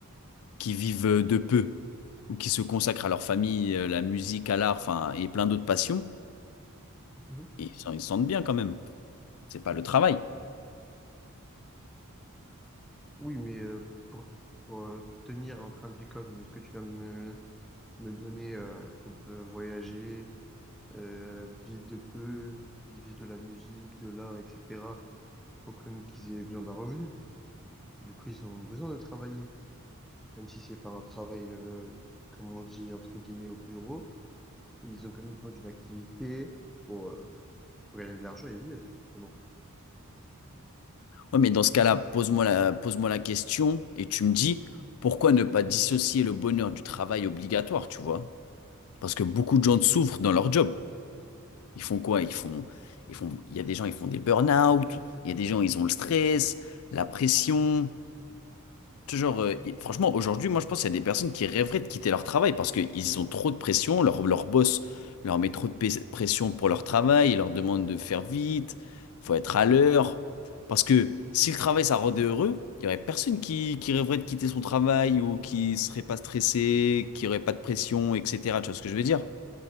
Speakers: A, on the left; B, in the centre.
A: qui vivent euh, de peu, ou qui se consacrent à leur famille, euh, la musique, à l'art, enfin, et plein d'autres passions,
B: Mhm.
A: et ils s'en- ils se sentent bien quand même. C'est pas le travail.
B: Oui, mais euh, pour, pour, euh, tenir un train de vie comme ce que tu viens de me, me donner, euh, pour euh, voyager, euh, de vivre de peu, de vivre de la musique, de l'art, etc. faut quand même qu'ils aient besoin d'un revenu. Du coup, ils ont besoin de travailler, même si c'est pas un travail, euh, comme on dit, entre guillemets, au bureau. Ils ont quand même besoin d'une activité pour, euh, pour gagner de l'argent et vivre, justement.
A: Ouais, mais dans ce cas-là, pose-moi la... pose-moi la question et tu me dis pourquoi ne pas dissocier le bonheur du travail obligatoire, tu vois? Parce que beaucoup de gens souffrent dans leur job. Ils font quoi? Ils font, ils font, il y a des gens, ils font des burn-out. Il y a des gens, ils ont le stress, la pression. Ce genre, euh, et franchement, aujourd'hui, moi, je pense qu'il y a des personnes qui rêveraient de quitter leur travail parce qu'ils ont trop de pression. Leur, leur boss leur met trop de pes- pression pour leur travail. Il leur demande de faire vite. Il faut être à l'heure. Parce que si le travail, ça rendait heureux, il n'y aurait personne qui, qui rêverait de quitter son travail ou qui serait pas stressé, qui aurait pas de pression, etc. Tu vois ce que je veux dire?